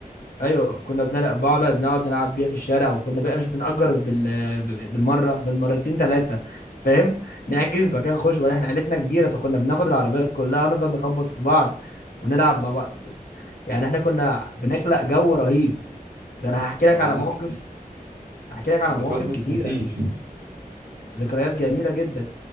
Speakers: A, on the left; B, on the right.
A: ايوه كنا بنلعب بقعد نقعد نلعب بيها في الشارع وكنا بقى مش بنأجر بال... بالمره بالمرتين ثلاثه فاهم نحجز مكان خش بقى احنا عيلتنا كبيره فكنا بناخد العربيات كلها ونفضل نخبط في بعض ونلعب مع بعض بس يعني احنا كنا بنخلق جو رهيب ده انا هحكي
B: اه
A: لك على
B: الذك...
A: موقف هحكي لك على
B: الذكريات
A: مواقف
B: دي ما
A: كتيره
B: تنسيش
A: ذكريات جميله جدا